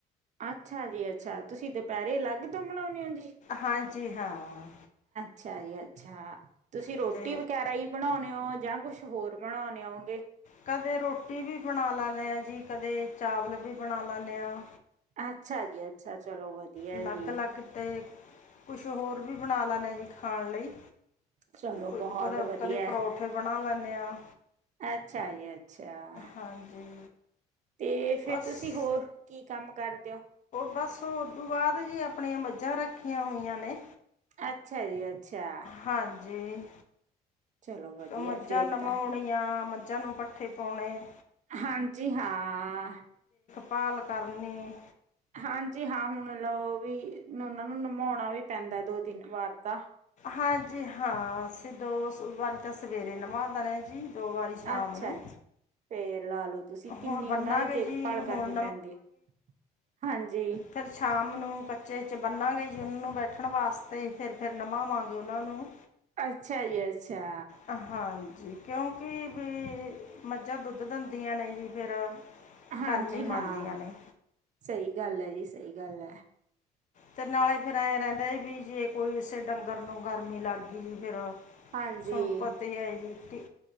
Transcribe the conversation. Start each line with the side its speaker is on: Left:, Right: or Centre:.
Right: ਅੱਛਾ ਜੀ ਅੱਛਾ ਤੁਸੀਂ ਦੁਪਹਿਰੇ ਅਲੱਗ ਤੋਂ ਬਣਾਉਂਣੇ ਹੋ ਜੀ।
Left: ਹਾਂਜੀ ਹਾਂ।
Right: ਅੱਛਾ ਜੀ ਅੱਛਾ ਤੁਸੀਂ ਰੋਟੀ
Left: ਅਤੇ
Right: ਵਗੈਰਾ ਹੀ ਬਣਾਉਂਣੇ ਹੋ ਜਾਂ ਕੁਛ ਹੋਰ ਬਣਾਉਂਣੇ ਹੋਂਓਗੇ।
Left: ਕਦੇ ਰੋਟੀ ਵੀ ਬਣਾ ਲੈਂਦੇ ਆਂ ਜੀ ਕਦੇ ਚਾਵਲ ਵੀ ਬਣਾ ਲੈਦੇ ਆਂ।
Right: ਅੱਛਾ ਜੀ ਅੱਛਾ ਚਲੋ ਵਧੀਆ
Left: ਅਲੱਗ
Right: ਜੀ।
Left: ਅਲੱਗ ਅਤੇ ਕੁਛ ਹੋਰ ਵੀ ਬਣਾ ਲੈਣੇ ਜੀ ਖਾਣ ਲਈ
Right: ਚਲੋ
Left: ਕਦੇ
Right: ਬਹੁਤ ਵਧੀਆ
Left: ਕਦੇ ਪਰੌਠੇ ਬਣਾ ਲੈਂਦੇ ਆਂ।
Right: ਅੱਛਾ ਜੀ ਅੱਛਾ
Left: ਹਾਂਜੀ
Right: ਤੇ ਫਿਰ
Left: ਬਸ
Right: ਤੁਸੀਂ ਹੋਰ ਕੀ ਕੰਮ ਕਰਦ
Left: ਬਸ ਉਦੋਂ ਬਾਅਦ ਜੀ ਆਪਣੀਆਂ ਮੱਝਾਂ ਰੱਖੀਆਂ ਹੋਈਆਂ ਨੇ
Right: ਅੱਛਾ ਜੀ ਅੱਛਾ।
Left: ਹਾਂਜੀ
Right: ਚਲੋ ਵਧੀਆ
Left: ਮੱਝਾਂ
Right: ਫੇਰ
Left: ਨਮਾਉਣੀਆਂ
Right: ਤਾਂ
Left: ਮੱਝਾਂ ਨੂੰ ਪੱਠੇ ਪਾਉਣੇ।
Right: ਹਾਂਜੀ ਹਾਂ।
Left: ਭਾਲ ਕਰਨੀ।
Right: ਹਾਂਜੀ ਹਾਂ ਹੁਣ ਲ ਵੀ ਉਹਨਾਂ ਨੂੰ ਨਭਾਉਣਾ ਵੀ ਪੈਂਦਾ ਦੋ ਤਿੰਨ ਵਾਰ ਤਾਂ।
Left: ਹਾਂਜੀ ਹਾਂ ਅਸੀ ਦੋ ਵਾਰੀ ਤਾਂ ਸਵੇਰੇ ਨਵਾ ਦੇਣਾ ਜੀ। ਦੋ ਵਾਰੀ ਸ਼ਾਮ
Right: ਅੱਛਾ
Left: ਨੂੰ
Right: ਫੇਰ ਲਾ ਲਓ ਤੁਸੀਂ ਕਿੰਨੀ
Left: ਹੁਣ ਬੰਨਾਂਗੇ
Right: ਉਹਨਾਂ ਦੀ ਦੇਖਭਾਲ
Left: ਜੀ ਹੁਣ
Right: ਕਰਨੀ ਪੈਂਦੀ ਹਾਂਜੀ।
Left: ਫੇਰ ਸ਼ਾਮ ਨੂੰ ਕੱਚੇ ਚ ਬੰਨਾਂਗੇ ਜੀ। ਨੂੰ ਬੈਠਣ ਵਾਸਤੇ ਫਿਰ-ਫਿਰ ਨਵਾਵਾਂਗੇ ਉਨਾਂ ਨੂੰ।
Right: ਅੱਛਾ ਜੀ ਅੱਛਾ।
Left: ਹਾਂਜੀ ਕਿਉਂਕਿ ਵੀ ਮੱਝਾਂ ਦੁੱਧ ਦਿੰਦੀਆਂ ਨੇ ਜੀ ਫਿਰ
Right: ਹਾਂਜੀ
Left: ਗਰਮੀ ਮੰਨਦੀਆਂ
Right: ਹਾਂ
Left: ਨੇ
Right: ਸਹੀ ਗੱਲ ਹੈ ਜੀ, ਸਹੀ ਗੱਲ ਹੈ।
Left: ਤੇ ਨਾਲੇ ਫੇਰ ਰਹਿੰਦਾ ਵੀ ਜੇ ਕੋਈ ਇਸੇ ਡੰਗਰ ਨੂੰ ਗਰਮੀ ਲੱਗ ਗਈ ਜੀ ਫੇਰ
Right: ਹਾਂਜੀ
Left: ਸੁਣੂੰ ਪਤਾ ਹੈ ਜੀ